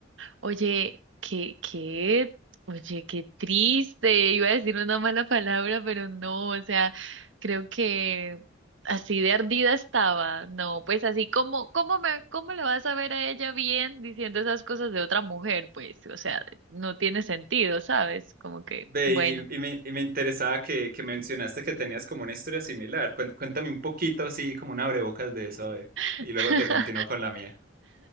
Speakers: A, on the right; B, on the right.
A: oye, qué, qué, oye, qué triste. Iba a decir una mala palabra, pero no, o sea, creo que así de ardida estaba. No, pues así como, ¿cómo me, cómo le vas a ver a ella bien diciendo esas cosas de otra mujer? Pues, o sea, no tiene sentido, ¿sabes? Como que,
B: Ve,
A: bueno.
B: y, y me, y me interesaba que, que mencionaste que tenías como una historia similar. Cuen- Cuéntame un poquito, así como un abrebocas de eso, a ver.
A: <laughs>
B: Y luego te continúo con la mía.